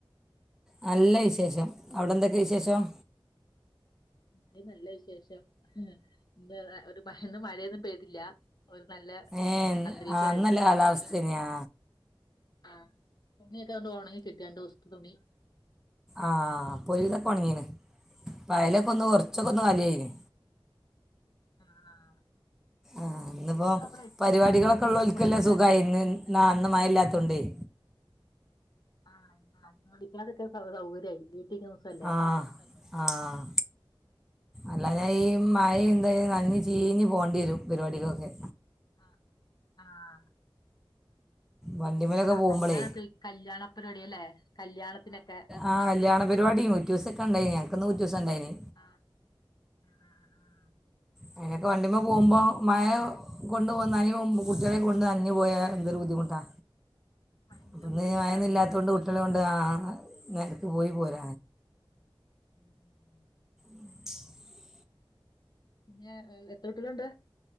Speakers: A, in the centre; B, on the left (about 50°).
A: നല്ല വിശേഷം, അവിടെ എന്തൊക്കെ വിശേഷം?
B: വടിം നല്ല വിശേഷം. ഇന്നേത ഒരു മ ഇന്ന് മഴയൊന്നും പെയ്തില്ല്യ, ഒരു നല്ല
A: ഏ
B: അന്തരീക്ഷായ്ര്ന്നു.
A: ആ നല്ല കാലാവസ്ഥ തന്നെയാ
B: ആഹ്, തുണിയൊക്കെ ആണ്ട് ഒണങ്ങിക്കിട്ടി രണ്ട് ദുവസത്തെ തുണി
A: ആഹ്, പ്പൊരു വിതൊക്കൊൺങ്ങീണ്. പ അയലൊക്കൊന്ന് കൊർച്ചൊക്കൊന്ന്
B: ആഹ്
A: കാലിആയീന്
B: ആഹ്.
A: ആഹ്, ന്ന്പ്പോ
B: സ്കൂളുള്ളപ്പളാ ഏറ്റവും
A: പരിവാടികളൊക്കെ
B: പാട് യൂണിഫോം
A: ള്ളോൽക്കല്ലേ
B: ഒക്കെ ഉണങ്ങി കിട്ടാനേ
A: സുഖായി. ന്ന് ന്നാ അന്ന് മഴ ഇല്ലാത്തോണ്ടെയ്
B: ആഹ്, <unintelligible> സ സൗകര്യായി വീട്ടിലിരിക്കുന്ന ദിവസല്ലേ
A: ആഹ്, ആഹ് അല്ലാഞ്ഞാ ഈ മഴിം തൊ നൻഞ്ഞ് ചീഞ്ഞ് പോണ്ട്യരും. പരിവാടിക്കൊക്കെ
B: ആഹ്, ആഹ്
A: വണ്ടിമേലൊക്കെ
B: ആഹ്
A: പോകുമ്പോഴേ
B: കല്യാണക്കെ ഈ കല്യാണ പരിപാടി അല്ലെ കല്യാണത്തിനൊക്കെ
A: ആഹ് കല്യാണ പരിപാടി ഉറ്റൂസൊക്കെ ഉണ്ടായിനി ഞങ്ങക്ക് ന്ന് ഉറ്റൂസണ്ടയ്നി
B: ആഹ് ആഹ് ആഹ് ആഹ്
A: അതിനൊക്കെ വണ്ടിമ്മ പോകുമ്പോ മയ കൊണ്ട് പോന്നാല് കുട്ടികാളെ കൊണ്ട് നനഞ്ഞ് പോയാല് എന്തരു ബുദ്ധിമുട്ടാ
B: ഭയങ്കര
A: അപ്പൊന്നീ
B: ബുദ്ധിമുട്ടാ
A: മായന്ന്
B: നമുക്ക്
A: ഇല്ലാത്ത കൊണ്ട്
B: പിന്നെ
A: കുട്ടികളെ കൊണ്ട് ആ നേരക്ക് പോയി പോര
B: <inaudible>
A: <unintelligible>
B: പിന്നെ എത്ര കുട്ട്യാൾണ്ട്